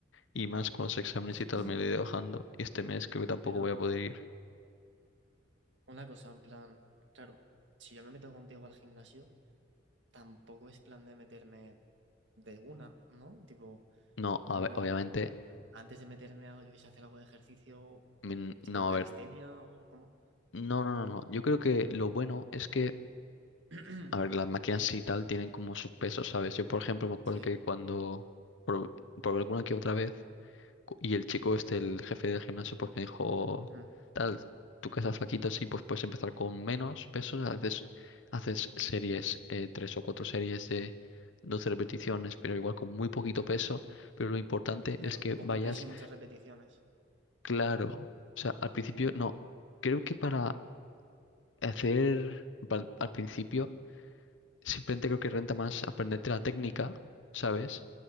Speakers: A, on the left; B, on the right.
A: y más con los exámenes
B: <clears throat>
A: y tal me lo he ido dejando y este mes creo que tampoco
B: Pero
A: voy a poder ir.
B: una cosa, en plan, claro, si yo me meto contigo al gimnasio, tampoco es plan de meterme de una, ¿no? Tipo,
A: No, a
B: no,
A: ver, obviamente,
B: antes de meterme a, yo que sé, hacer algo de ejercicio,
A: mm,
B: tipo
A: no,
B: calistenia
A: a ver,
B: o como.
A: no, no, no, no, yo creo que lo bueno es que,
B: <clears throat>
A: a ver, las máquinas y tal tienen como sus pesos, ¿sabes? Yo, por ejemplo, me acuerdo
B: Sí,
A: que cuando... por- por alguna que otra vez cu- Y el chico este, el jefe del gimnasio, pues me dijo,
B: mm,
A: tal, tú que estás flaquito, sí, pues puedes empezar con menos pesos, haces, haces series, eh, tres o cuatro series de 12 repeticiones, pero igual con muy poquito peso, pero lo importante
B: claro,
A: es que
B: poco
A: vayas
B: peso y muchas repeticiones.
A: claro. O sea, al principio, no, creo que para hacer, pa- al principio, simplemente creo que renta más aprenderte la técnica, ¿sabes?